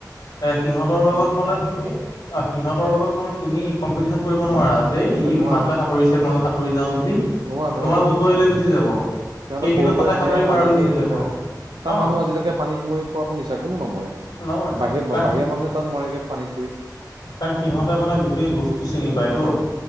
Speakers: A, on the left (about 65°); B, on the right (about 85°).
A: এ সিহঁতৰ লগত মানে তুমি অ সিহঁতৰ লগত মানে তুমি কম্পিটিশন কৰিব নোৱাৰা আজ যে ই
B: এ নোৱাৰা
A: মানুহ সাঁতুৰিছে মইয়ো সাঁতুৰি যাও বুলি
B: নোৱাৰা নোৱাৰা
A: তোমাৰ গটুৱাই লৈ গুচি যাব।
B: সিহঁতে
A: সি
B: সৰু
A: কিন্তু তাতে
B: পৰা
A: সাঁতুৰি
B: সেয়া পানীতেই
A: পাৰ হৈ গুচি
B: থকা
A: যাব
B: তাৰ
A: অ
B: মানুহ আজিলৈকে পানীত মৰি পৰা শুনিছা কোনো নমৰে।
A: নমৰে
B: বাহিৰ,
A: কাৰণ
B: বাহিৰ
A: সি
B: মানুহে তাত মৰেগে পানীত পৰি
A: কাৰণ সিহঁতে মানে গোটেই বস্তু চিনি পায়তো।
B: অ